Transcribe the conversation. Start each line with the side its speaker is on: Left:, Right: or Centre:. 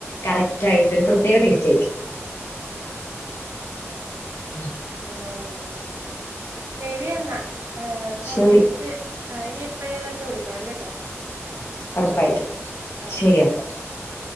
Left: കറക്റ്റ് ആയിട്ട് ഒരു പ്രത്യേക ടേസ്റ്റ്. ആയിരിക്കും ഉം
Right: ആഹ് ശരിയെന്നാ അപ്പം
Left: ശരി
Right: വിളി ച്ച് ഇനി എപ്പോഴേലും ഒക്കെ വിളിക്കാം കേട്ടോ.
Left: ഉറപ്പായിട്ട്
Right: ഓക്കെ ഓക്കെ
Left: ശരിയപ്പ.
Right: ശരി ആ